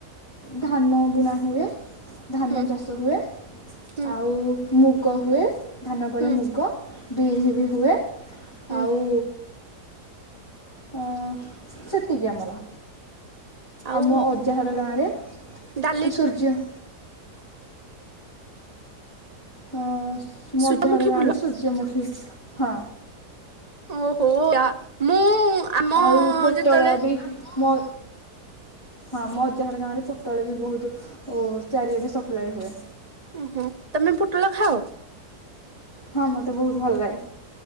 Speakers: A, on the left; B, on the right.
A: ଧାନ ବୁଣା ହୁଏ। ଧାନ
B: ହୁଁ
A: ଚାଷ ହୁଏ
B: ହୁଁ
A: ଆଉ ମୁଗ ହୁଏ। ଧାନ ପରେ
B: ହୁଁ
A: ମୁଗ ବିରି ବି ହୁଏ।
B: ହୁଁ
A: ଆଉ ହଁ ସେତିକି ଆମର।
B: ଆଉ
A: ଆମ ଅଜା ଘର ଗାଁରେ
B: ଡାଲି
A: ସୂର୍ଯ୍ୟ ହଁ ମୋ
B: ସୂର୍ଯ୍ୟମୁଖୀ
A: ଅଜା ଘର ଗାଁରେ
B: ଫୁଲ
A: ସୂର୍ଯ୍ୟମୁଖୀ ହଁ।
B: ଓହୋ ୟା ମୁଁ ଆମ
A: ଆଉ ପୋଟଳ
B: ଯେତେବେଳେ
A: ବି ମ ହଁ ମ ଅଜାଘର ଗାଁରେ ପୋଟଳ ବି ବହୁତ ଓ ଚାରିଆଡ଼େ ସପ୍ଲାଏ ହୁଏ।
B: ଓହୋ ତମେ ପୋଟଳ ଖାଅ?
A: ହଁ ମତେ ବହୁତ ଭଲ ଲାଗେ।